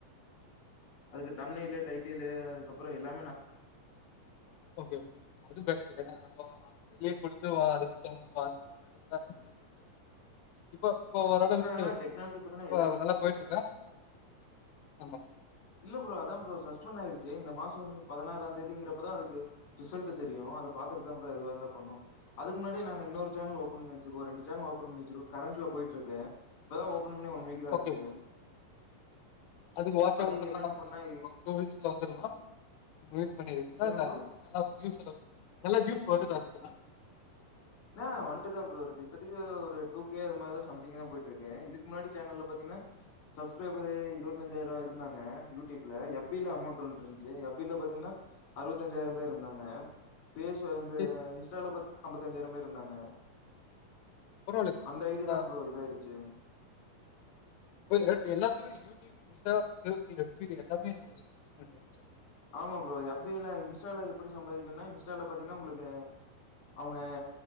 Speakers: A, on the left (about 45°); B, on the left (about 85°).
A: அதுக்கு தண்ணிலு டைட்டீலு அதுக்குப் அப்றோ எல்லாமே நா
B: ஓகே ஓகே அது பெட்டரு ஏனா நாம வெளியே குடுத்து அடுத்துவங்க வாங்கி பண்றத விட நம்மளே குடுத்து பண்றது எவ்ளோ பெட்டரு இப்ப இப்ப ஓரளவுக்கு
A: எல்லா டெக்னாலஜி பாத்தீன்னா
B: இப்ப
A: எல்லா
B: நல்லா போயிட்ருக்கா ஆமா
A: இல்ல ப்ரோ அதா ப்ரோ சஸ்பெண்ட் ஆயிருச்சு இந்த மாசோ வந்து பதனாறாந்தேதிங்கறப்பதா அதுக்கு ரிசல்ட்டு தெரியு. அத பாத்துட்டுதா ப்ரோ எதுவா இருந்தா பண்ணு அதுக்கு முன்னாடியே நாங்க இன்னொரு சேனல் ஓபன் பண்ணி வச்சிருக்கோ ரெண்டு சேனல் ஓபன் பண்ணி வச்சிருக்கோ கரண்ட்ல போயிட்ருக்கே இப்பதா ஓ ப்பன் பண்ணி ஒன் வீக்தா
B: ஓகே,
A: ஆச்சு.
B: ஓகே. அதுக்கு வாட்ச்
A: அது
B: ஹவர்ஸ் எல்லா
A: என்னென்ன
B: இன்னு
A: பண்ணா
B: ஒரு ஆ டூ வீக்ஸ்ல வந்துருமா ரிலீஸ் பண்ணிருவீங்களா
A: என்ன
B: இல்ல
A: ப்ரோ
B: அது எப்டி நல்லா வியூஸ் எல்லா நல்லா வியூஸ் இப்ப வந்துட்டு அதுக்கல்லா
A: ஆ வந்ட்டுதா ப்ரோ இருக்கு இப்பத்தக்கி ஒரு டூ கே அது மாரிதா சம்திங்தா போயிட்ருக்கு இதுக்கு முன்னாடி சேனல்ல பாத்தீங்கன்னா சப்ஸ்கிரைபரு இருபத்தஞ்சாயிரோ இருந்தாங்க யூடியூப்ல எஃப் பி ல அமௌண்ட் வந்ட்டு இருந்துச்சு எஃப் பி ல பாத்தீங்கன்னா அறுவத்தஞ்சாயிரம் பேர் இருந்தாங்க ஃபேஸ் அது
B: சரி, சரி ப்ரோ.
A: இன்ஸ்டால பாத் அம்பத் தஞ்சாயரம் பேர் இருந்தாங்க
B: பரவால்ல ப்ரோ.
A: அந்த ஐ
B: நல்லா
A: டி தா ப்ரோ
B: வருது
A: இதாயிருச்சு
B: இதெல்லாம். ப்ரோக்கு எல்லாத்துலயுமே யூடியூப் இன்ஸ்டா <unintelligible> எஃப் பி எல்லாமே உங்களுக்கு சஸ்பண்ட் ஆயிடுச்சா
A: ஆமா ப்ரோ எஃப் பி ல இன்ஸ்டால எப்பிடி சம்பாதிக்கணுன்னா இன்ஸ்டால பாத்தீங்கன்னா உங்களுக்கு அவங்க